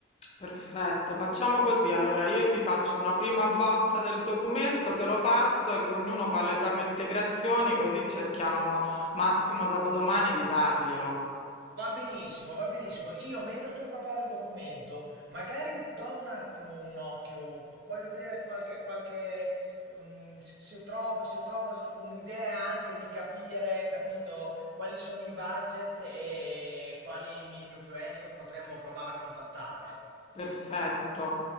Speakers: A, on the left; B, on the right.
A: perfetto. Facciamo così, allora io ti faccio una prima bozza del documento, te lo passo e ognuno fa le proprie integrazioni, così cerchiamo massimo dopodomani di darglielo.
B: Va benissimo, va benissimo. Io mentre tu prepari il documento, magari do un attimo un occhio, v- voglio vedere qualche, qualche mm, se se trovo, se trovo s- un'idea anche di capire, capito, quali sono i budget e quali micro-influencer potremmo provare a contattare.
A: Perfetto.